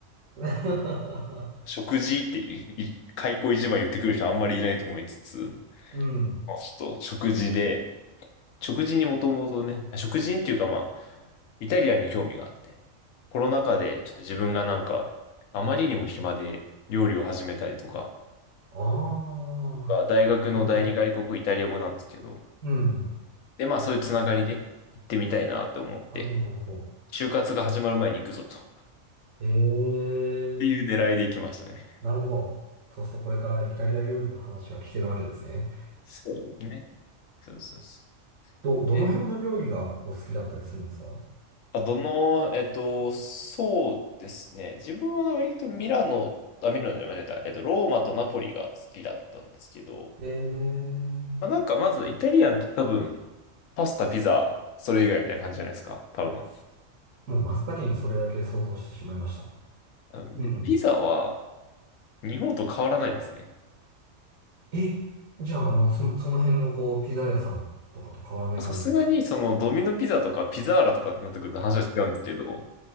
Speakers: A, on the right; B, on the left.
A: <laughs>
B: 食事っていう、い開口一番言ってくる人あんまりいないと思いつつ、ま
A: うん。
B: あちょっと食事で、食事にもともとね、食事っていうかまあ、イタリアンに興味があって、コロナ禍でちょっと自分がなんか、あまりにも暇で料理を始めたりとか、
A: ああ、
B: が大学の第二外国イタリア語なんですけど、
A: なるほど。うん。
B: でまあそういうつながりで行ってみたいなと思って、
A: なるほど、なるほど。
B: 就活が始まる前に行くぞと、っ
A: ええ、
B: ていう狙いで行きましたね。
A: なるほど。そうするとこれからイタリア料理の話が聞けるわけですね。
B: そうですね。そうそうそう。
A: ど、どの辺の料理がお好きだったりするんですか
B: であ、どの、えっと、そうですね。自分は割とミラノ、あ、ミラノじゃない、間違えた。えっと、ローマとナポリが好きだったんですけど、
A: えー
B: まあ、なんかまずイタリアンって多分、パスタ、ピザ、それ以外みたいな感じじゃないですか。多分。
A: もう真っ先にそれだけ想像してしまいました。
B: 多分で、
A: うん。
B: ピザは日本と変わらないですね。
A: え、じゃあ、あの、そ、その辺のこう、ピザ屋さんとかと変わらない感じですか
B: さすがにそのドミノピザとかピザーラとかってなってくると話は違うんですけど、